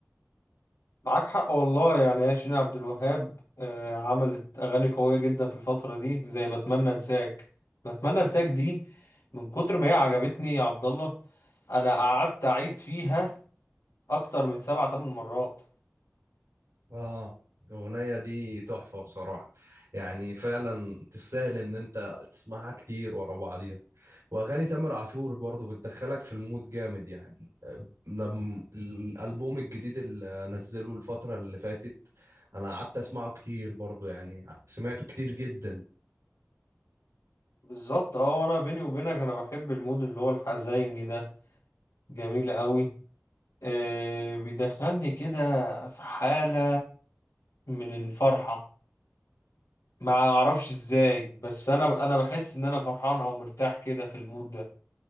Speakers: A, on the left; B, on the right.
A: معاك حق والله يعني يا شيرين عبد الوهاب آه عملت اغاني قوية جدا في الفترة دي زي بتمنى انساك بتمنى انساك دي من كتر ما هي عجبتني يا عبد الله انا قعدت اعيد فيها اكتر من سبع تمن مرات
B: اه الأغنية دي تحفة بصراحة يعني فعلا تستاهل إن أنت تسمعها كتير ورا بعضيها وأغاني تامر عاشور برضو بتدخلك في المود جامد يعني آه، لم الألبوم الجديد اللي نزله الفترة اللي فاتت أنا قعدت أسمعه كتير برضو يعني سمعته كتير جدا
A: بالظبط اه وانا بيني وبينك انا بحب المود اللي هو الحزيني ده جميل قوي آه، بيدخلني كده في حالة من الفرحة ما اعرفش ازاي بس انا انا بحس ان انا فرحان او مرتاح كده في المود ده